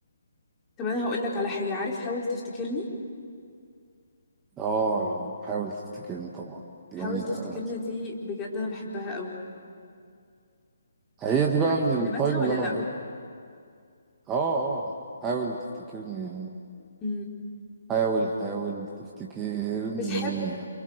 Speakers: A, on the left; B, on the right.
A: طب انا هقول لك على حاجه عارف حاول تفتكرني
B: اه حاول تفتكرني طبعا
A: حاول
B: دي جميلة
A: تفتكرني دي بجد انا بحبها قوي
B: هي دي بقى
A: عارف
B: من
A: كلماتها
B: التايب
A: ولا
B: اللي أنا
A: لا
B: بحبه اه اه حاول تفتكرني
A: امم
B: حاول حاول تفتكرني
A: بتحب